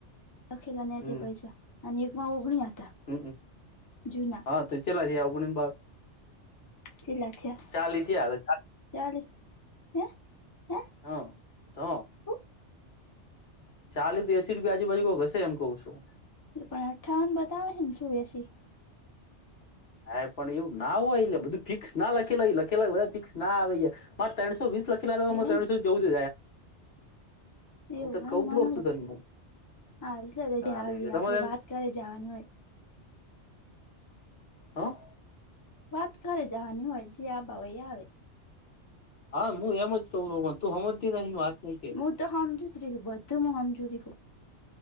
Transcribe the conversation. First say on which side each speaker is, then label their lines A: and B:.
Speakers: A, on the left; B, on the left.
A: લખેલાના
B: હમ
A: છેે પૈસા અને એક માં ઓગણી હતા.
B: હમ
A: જૂના
B: અ હા તો ચેટલા થયા ઓગની ને બાવી
A: કેટલા થયા
B: ચાલી થીયા તો
A: ચાલી હે હે
B: <inaudible> હહ તો
A: હું
B: ચાલીથી એસી રૂપિયા આજુબાજુ કોક હશે એમ કવું છું.
A: પણ અઠ્ઠાવન બતાવે હે ને જુ એસી
B: હા પણ એવું ના હોય એલા બધું ફિક્સ ના લખેલા લખેલા બધા ફિક્સ ના આવી મારે ત્રણસો વીસ લખીલા તા તો મારે
A: એમ
B: ત્રણસો ને ચૌદ જ આયા.
A: એવું
B: હું તને કઉ
A: એમ મને
B: તો છું તને હું
A: હારું લે તે
B: તારે
A: જે આવે ઈ આપડે
B: તમારે એમ
A: વાત કરી જાવાની હોય.
B: હ
A: વાત કરે જાવાની હોય જે આબા હોય ઈ આવે
B: હા હું એમ જ કઉં રો પણ તું હમજતી નથી વાત ની કે
A: હું તો હમજુ જરી બધું હમજૂરી હું